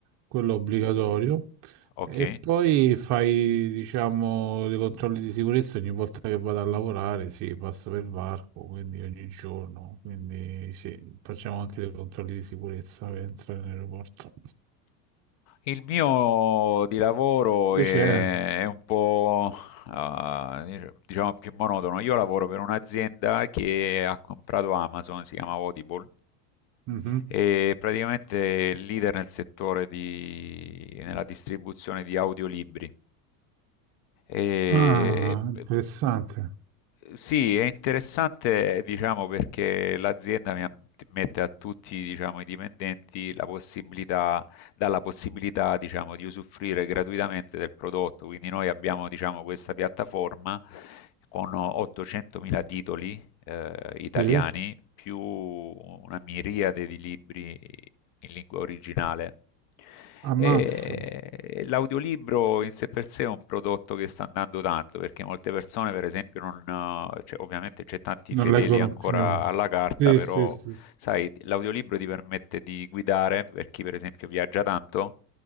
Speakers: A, on the right; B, on the left.
A: quello obbligatorio,
B: ok.
A: e poi fai, diciamo, dei controlli di sicurezza ogni volta che vado a lavorare, sì, passo per varco, quindi ogni giorno, quindi sì, facciamo anche dei controlli di sicurezza per entrare in aeroporto.
B: Il mio di lavoro
A: Invece
B: è
A: è...
B: è un po', uhm, dicia diciamo più monotono. Io lavoro per un'azienda che ha comprato Amazon, si chiama Audible,
A: Mhm.
B: e praticamente è leader nel settore di nella distribuzione di audiolibri. Ehm,
A: Ah, interessante.
B: p sì, è interessante diciamo perché l'azienda mi ha mette a tutti, diciamo, i dipendenti la possibilità dà la possibilità, diciamo, di usufruire gratuitamente del prodotto. Quindi noi abbiamo, diciamo, questa piattaforma con 800.000 titoli eh, italiani
A: Sì.
B: più una miriade di libri in lingua originale.
A: Ammazza.
B: E l'audiolibro in sé per sé è un prodotto che sta andando tanto perché molte persone, per esempio, non, cioè, ovviamente c'è tanti
A: non
B: fedeli
A: Ah, leggono
B: ancora
A: più.
B: alla carta,
A: Sì,
B: però
A: sì, sì. sì.
B: sai, l'audiolibro ti permette di guidare per chi, per esempio, viaggia tanto